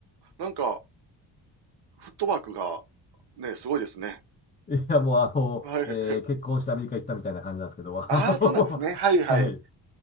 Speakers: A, on the right (about 65°); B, on the left (about 20°).
A: なんか、フットワークが、ね、すごいですね。
B: いや、もうあの、
A: はい。
B: えー結婚してアメリカ行ったみたいな感じなんですけど、
A: <laughs>
B: <laughs> あの、
A: ああ、そうなんですね。はいはい。
B: <laughs> はい。